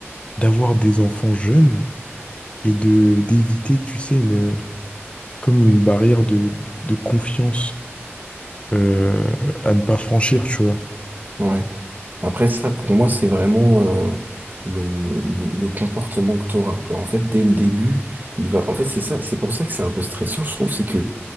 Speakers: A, on the left; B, on the right.
A: d'avoir des enfants jeunes et de d'éviter, tu sais, une comme une barrière de, de confiance euh, à ne pas franchir, tu vois.
B: ouais. Après ça, pour moi, c'est vraiment euh, le, le, le comportement que t'auras. Genre, en fait, dès le début, il va. En fait, c'est ça, c'est pour ça que c'est un peu stressant, je trouve, c'est que